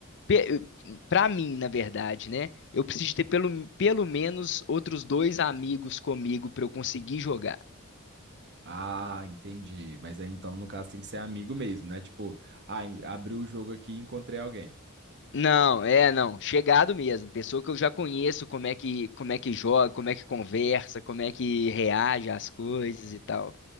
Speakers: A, on the left (about 55°); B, on the right (about 55°).
A: pe- Pra mim, na verdade, né? Eu preciso de ter pelo, pelo menos outros dois amigos comigo pra eu conseguir jogar.
B: Ah, entendi. Mas aí então, no caso, tem que ser amigo mesmo, né? Tipo, ah, en- abri o jogo aqui e encontrei alguém.
A: Não, é, não. Chegado mesmo. Pessoa que eu já conheço, como é que, como é que joga, como é que conversa, como é que reage às coisas e tal.